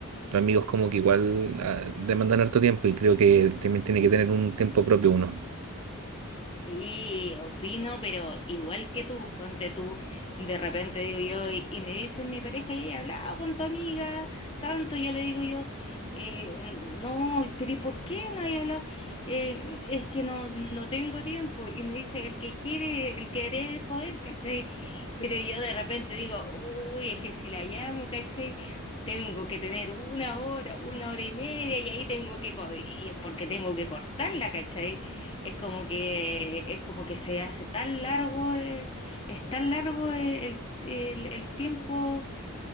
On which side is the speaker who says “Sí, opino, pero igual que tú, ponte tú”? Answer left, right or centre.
Left